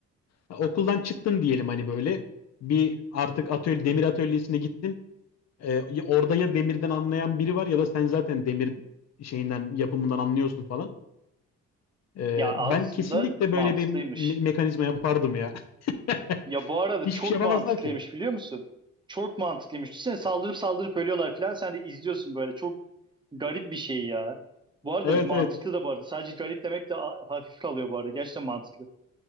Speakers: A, on the left; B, on the right.
A: Ha, Okuldan çıktın diyelim hani böyle. Bir artık atölye, demir atölyesine gittin. Ee, ya- orada ya demirden anlayan biri var ya da sen zaten demir şeyinden yapımından anlıyorsun falan. Ee,
B: Ya aslında
A: ben kesinlikle böyle
B: mantıklıymış.
A: bir me- mekanizma yapardım ya. <laughs>
B: Ya bu arada
A: Hiçbir
B: çok
A: şey yapamazlar
B: mantıklıymış
A: ki.
B: biliyor musun? Çok mantıklıymış. Düşünsene saldırıp saldırıp ölüyorlar falan. Sen de izliyorsun böyle. Çok garip bir şey ya. Bu arada
A: Evet
B: mantıklı
A: evet.
B: da bu arada. Sadece garip demek de a- hafif kalıyor bu arada. Gerçekten mantıklı.